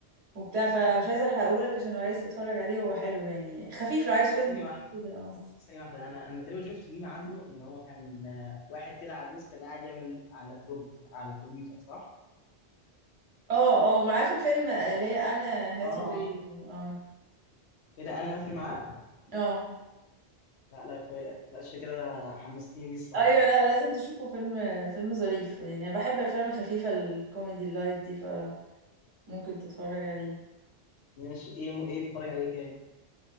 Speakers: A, on the right (about 70°); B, on the left (about 80°).
A: وبتاع فمش عايزة احرقهولك عشان لو عايز تتفرج عليه هو حلو يعني خفيف لو عايز فيلم
B: ثانيه
A: <laughs>
B: واحده
A: خفيف كده اه
B: ثانية واحدة أنا أنا تقريبا شفت ميم عنه إن هو كان آه، واحد كده عجوز كان قاعد يعمل على اللابتوب على الكمبيوتر صح؟
A: اه اه ومعاه في الفيلم اللي هي انا هاثاواي
B: آه
A: اه
B: إيه ده أنا هاتري معاه؟
A: اه
B: لا لا يا أخويا بقاش كده حمستني ليه الصراحة
A: ايوه لا لازم تشوفه فيلم فيلم ظريف يعني انا بحب الافلام الخفيفة الكوميدي اللايت دي فممكن تتفرج عليه
B: ماشي إيه م... إيه بتتفرج عليه كان؟